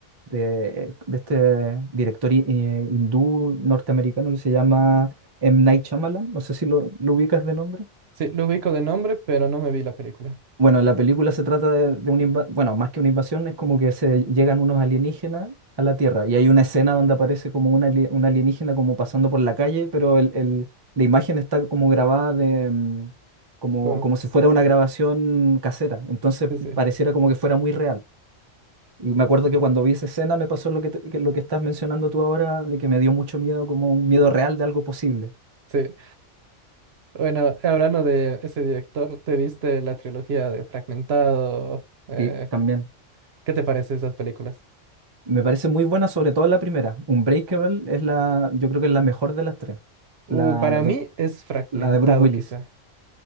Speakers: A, on the right; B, on the right.
A: de, eh, de este director hi- eh, hindú norteamericano que se llama M. Night Shyamalan, no sé si lo, lo ubicas de nombre.
B: sí, lo ubico de nombre, pero no me vi la película.
A: Bueno, la película se trata de, de una invasión, bueno, más que una invasión, es como que se llegan unos alienígenas a la Tierra y hay una escena donde aparece como una ali- un alienígena como pasando por la calle, pero el, el- la imagen está como grabada de, mm, como,
B: Co-
A: como si fuera una grabación casera, entonces
B: Sí, sí.
A: pareciera como que fuera muy real. Y me acuerdo
B: Uh,
A: que cuando vi esa escena me pasó lo que, te- que lo que estás mencionando tú ahora, de que me dio mucho miedo, como un miedo real de algo posible.
B: Sí. Bueno, hablando de ese director, ¿te viste la trilogía de Fragmentado? Eh,
A: Sí, también.
B: ¿qué te parece esas películas?
A: Me parece muy buena, sobre todo la primera. Unbreakable es la, yo creo que es la mejor de las tres.
B: Uh,
A: La,
B: para
A: la, don-
B: mí es Fragmentado,
A: la de Bruce Willis.
B: quizá.